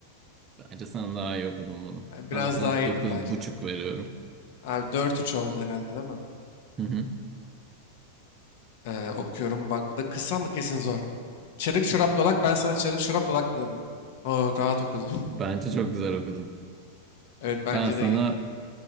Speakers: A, on the right; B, on the left.
A: Bence sen daha iyi okudun bunu.
B: Yani biraz
A: Ben sana
B: daha iyiydim
A: dokuz
B: bence
A: buçuk
B: de.
A: veriyorum.
B: Abi dört üç oldu herhalde değil mi?
A: Hı hı.
B: Ee, okuyorum. Bak bu da kısa mı kesin zor. Çarık çorap dolak ben sana çarık çorap dolak mı dedim. Oo rahat okudum.
A: Bence çok güzel okudun.
B: <laughs> Evet bence
A: Ben sana
B: de iyiydi.